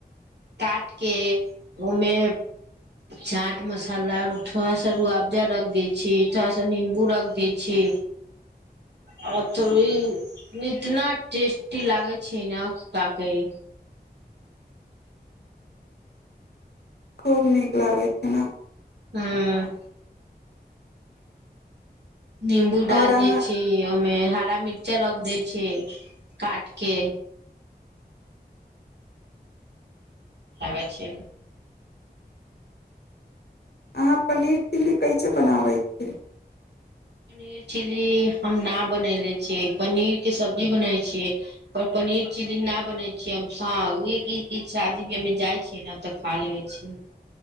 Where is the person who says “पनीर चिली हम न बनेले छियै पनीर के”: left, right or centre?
Right